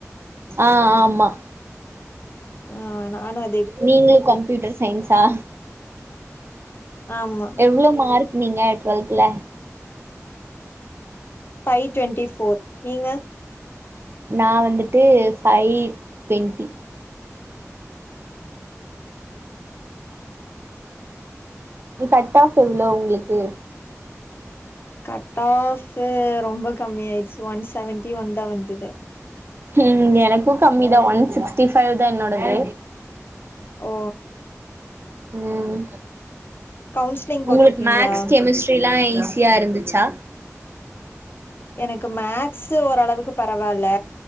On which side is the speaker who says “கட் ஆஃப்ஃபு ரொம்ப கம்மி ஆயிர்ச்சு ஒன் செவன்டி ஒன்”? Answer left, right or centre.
Left